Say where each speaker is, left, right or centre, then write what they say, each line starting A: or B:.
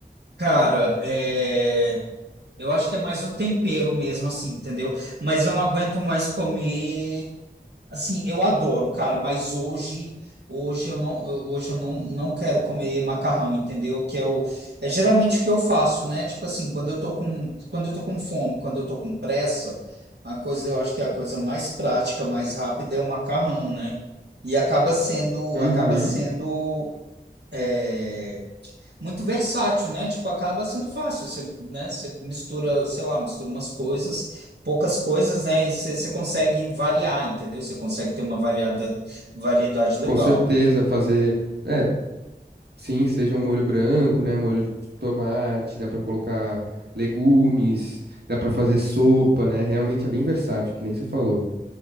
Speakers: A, on the right (about 80°); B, on the right (about 70°).
A: cara, é Eu acho que é mais o tempero mesmo, assim, entendeu? Mas eu não aguento mais comer. Assim, eu adoro, cara, mas hoje, hoje eu não, eu- hoje eu não, não quero comer macarrão, entendeu? Que é o, é geralmente o que eu faço, né? Tipo assim, quando eu tô com, quando eu tô com fome, quando eu tô com pressa, a coisa, eu acho que é a coisa mais prática, mais rápida é o macarrão, né? E acaba sendo,
B: Uhum.
A: acaba sendo, é, muito versátil, né? Tipo, acaba sendo fácil. Você, né? Você mistura, sei lá, mistura umas coisas, poucas coisas, né? E você, você consegue variar, entendeu? Você consegue ter uma variada, variedade legal.
B: Com certeza, fazer. É, Sim, seja um molho branco, né? Molho de tomate, dá pra colocar legumes, dá pra fazer sopa, né? Realmente é bem versátil, que nem você falou.